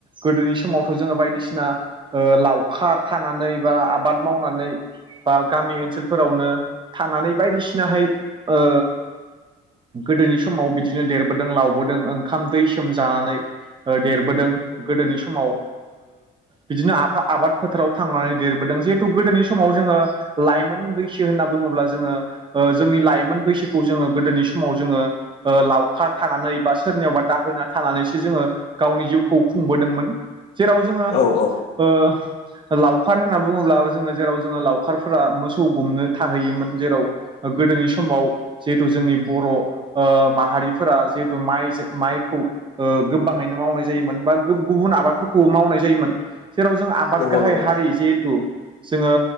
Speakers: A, on the right; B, on the left.
A: गोदोनि समावथ' जोङो बायदिसिना ओ लावखार थानानै बा आबाद मावनानै बा गामि ओनसोलफोरावनो थानानै बायदिसिनाहाय ओ गोदोनि समाव बिदिनो देरबो दों लावबोदों ओंखाम दै सोमजानानै देरबोदों ओ गोदोनि समाव बिदिनो आफा आबाद फोथाराव थांनानै देरबोदों जिहेथु गोदोनि समाव जोङो लाइमोन बैसो होनना बुङोब्ला जोङो ओ जोंनि लाइमोन बैसोखौ जोङो गोदोनि समाव जोङो ओ लावखार थानानै बा सोरनियावबा दाहोना थानानैसो जोङो गावनि जिउखौ खुंबोदोंमोन। जेराव जोङो
B: औ औ
A: ओ लावखार होनना बुङोब्ला जोङो जेराव जोङो लावखारफोरा मोसौ गुमनो थाहैयोमोन जेराव गोदोनि समाव जिहेथु जोंनि बर' ओ माहारि फोरा जिहेतु माइजो माइखौ ओ गोबाङैनो मावनाय जायोमोन बा गुबुन आबादफोरखौबो मावनाय जायोमोन। जेराव जों आबाद
B: नंगौ
A: गाहाय
B: नंगौ
A: हारि जिहेथु जोङो